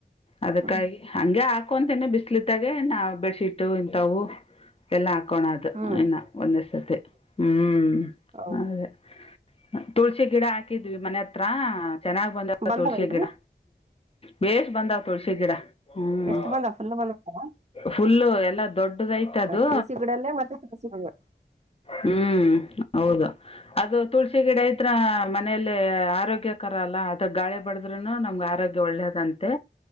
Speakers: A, on the left; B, on the right.
A: ಅದಕ್ಕಾಗಿ
B: ಹ್ಮ್
A: ಹಗೆ ಹಾಕೋಂತನ ಬಿಸ್ ಬಿಸುಯಿದ್ದಗೆ ನಾ ಬೆಡ್ಶೀಟ್ ಇಂಥವು ಎಲ್ಲಾ ಹಾ ಹಾಕೋಣದು
B: ಹ್ಮ್
A: ಇನ್ನು ಒಂದೇ ಸರ್ತಿ ಹ್ಮ್
B: ಹೌದ
A: ಅದೇ ತುಳಸಿ ಗಿಡ ಹಾಕಿದ್ವಿ ಮನೆ ಹತ್ರ ಚೆನ್ನಾಗ್ ಬಂದವ್
B: ಬಂದವೇನ್ರಿ
A: ತುಳಸಿ ಗಿಡ ಭೇಷ್ ಬಂದಾವ್ ತುಳಸಿ ಗಿಡ ಹ್ಞೂ
B: ಎಷ್ಟ್ ಬಂದ ಫುಲ್ ಬಂದ್ಬೇಕ
A: ಫುಲ್ಲು ಎಲ್ಲಾ ದೊಡ್ಡದ ಐತೆ ಅದು
B: ತುಳಸಿ ಗಿಡಲ್ಲೇ ಮತ್ತೆ ತುಳಸಿ ಗಿಡ
A: ಹ್ಮ್ ಹೌದು ಅದು ತುಳಸಿ ಗಿಡ ಇಟ್ಟ ಮನೇೆಯಲ್ಲಿ ಆರೋಗ್ಯಕರ ಅಲ್ಲ ಅದ ಗಾಳಿ ಬಾಡೂದ್ರೂನು ನಮ್ಗೆ ಆರೋಗ್ಯ ಒಳ್ಳೇದಂತೆ